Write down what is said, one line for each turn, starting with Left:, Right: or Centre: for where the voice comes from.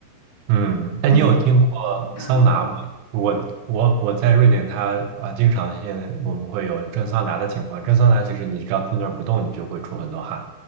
Right: 嗯，那你有听过桑拿吗？
Left: 嗯，这样的。
Right: 我我我在瑞典它，啊，经常性我们会有蒸桑拿的情况。蒸桑拿其实你只要坐那儿不动，你就会出很多汗。